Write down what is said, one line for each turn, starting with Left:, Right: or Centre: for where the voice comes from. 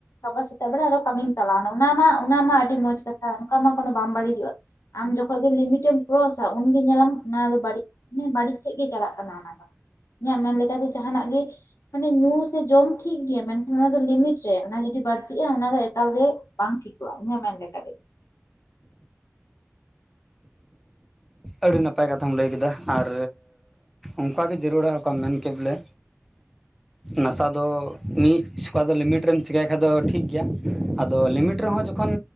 Left: ᱟᱵᱟᱨ ᱥᱮᱛᱟᱜ ᱵᱮᱲᱟ ᱟᱨᱦᱚᱸ ᱠᱟᱹᱢᱤ ᱪᱟᱞᱟᱣᱱᱟ ᱚᱱᱟ ᱢᱟ ᱚᱱᱟᱢᱟ ᱟᱹᱰᱤ ᱢᱚᱸᱡᱽ ᱠᱟᱛᱷᱟ ᱚᱱᱠᱟ ᱢᱟ ᱠᱚᱱᱚ ᱵᱟᱝ ᱵᱟᱹᱲᱤᱡᱚᱜᱼᱟ ᱟᱢ ᱡᱚᱠᱷᱚᱱ ᱜᱮ ᱞᱤᱢᱤᱴᱮᱢ ᱠᱨᱚᱥᱟ ᱩᱱᱜᱮ ᱧᱮᱞᱟᱢ ᱚᱱᱟ ᱫᱚ ᱵᱟᱹᱲᱤᱡ ᱵᱟᱲᱤᱡ ᱥᱮᱫ ᱜᱮ ᱪᱟᱞᱟᱜ ᱠᱟᱱᱟ ᱚᱱᱟ ᱫᱚ ᱤᱧᱟᱹᱜ ᱢᱮᱱ ᱞᱮᱠᱟᱛᱮ ᱡᱟᱦᱟᱱᱟᱜ ᱜᱮ ᱢᱟᱱᱮ ᱧᱩ ᱥᱮ ᱡᱚᱢ ᱴᱷᱤᱠ ᱜᱮᱭᱟ ᱢᱮᱱᱠᱷᱟᱱ ᱚᱱᱟ ᱫᱚ ᱞᱤᱢᱤᱴ ᱨᱮ ᱚᱱᱟ ᱡᱩᱫᱤ ᱵᱟᱹᱲᱛᱤᱜᱼᱟ ᱚᱱᱟᱫᱚ ᱮᱠᱟᱞᱜᱮ ᱵᱟᱝ ᱴᱷᱤᱠᱚᱜᱼᱟ ᱤᱧᱟᱹᱜ ᱢᱮᱱ ᱞᱮᱠᱛᱮ
Centre: ᱟᱹᱰᱤ ᱱᱟᱯᱟᱭ ᱠᱟᱛᱷᱟᱢ ᱞᱟᱹᱭ ᱠᱮᱫᱟ ᱟᱨ ᱚᱱᱠᱟᱜᱮ ᱡᱟᱹᱨᱩᱲᱟᱠᱟᱢ ᱢᱮᱱ ᱠᱮᱫ ᱵᱚᱞᱮ ᱱᱟᱥᱟᱣ ᱫᱚ ᱢᱤᱫ ᱥᱚᱠᱟ ᱫᱚ ᱞᱤᱢᱤᱴ ᱨᱮᱢ ᱪᱤᱠᱟᱹᱭ ᱠᱷᱟᱡ ᱫᱚ ᱴᱷᱤᱠ ᱜᱮᱭᱟ ᱟᱫᱚ ᱞᱤᱢᱤᱴ ᱨᱮᱦᱚᱸ ᱡᱚᱠᱷᱚᱱ